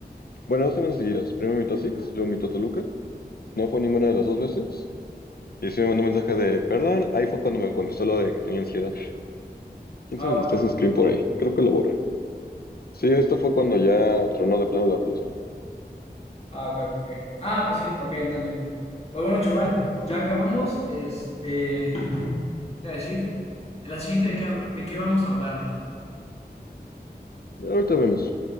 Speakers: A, on the left (about 65°); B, on the left (about 35°).
A: Bueno, dos semanas seguidas. Primero me invitó a Six, luego me invitó a Toluca. No fue ninguna de las dos veces. Y sí me mandó mensaje de perdón. Ahí fue cuando me confesó lo de que tenía ansiedad. Quién
B: Ah,
A: sabe
B: bueno.
A: si está ese screen por ahí. Creo que lo borré. Sí, esto fue cuando ya tronó de plano la relación.
B: Ah, ok, ok, ok. Ah, pues sí, ok, entendí. Pues bueno, chaval, ya acabamos. Este, te voy a decir, en la siguiente de qué, hab- de qué vamos a hablar.
A: Ahorita vemos.